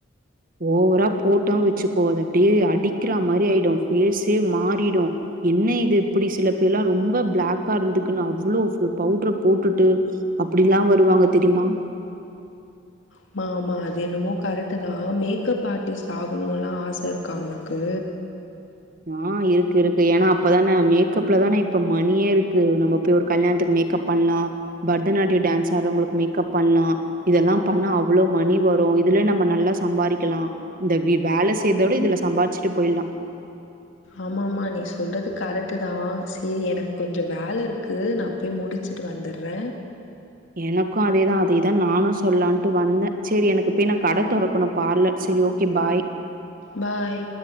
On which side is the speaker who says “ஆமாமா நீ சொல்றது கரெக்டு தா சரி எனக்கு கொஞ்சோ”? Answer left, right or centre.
Left